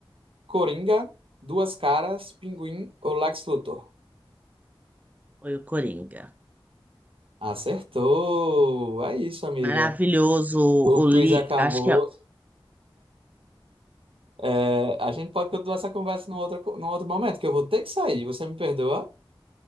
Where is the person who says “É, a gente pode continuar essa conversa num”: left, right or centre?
Right